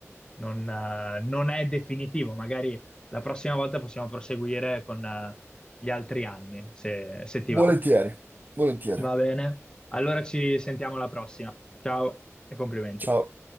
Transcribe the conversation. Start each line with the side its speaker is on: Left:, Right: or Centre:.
Left: non, eh, non è definitivo. Magari la prossima volta possiamo proseguire con eh, gli altri anni, se se ti
Right: volentieri,
Left: va.
Right: volentieri.
Left: Va bene. Allora ci sentiamo alla prossima. Ciao e complimenti.
Right: Ciao.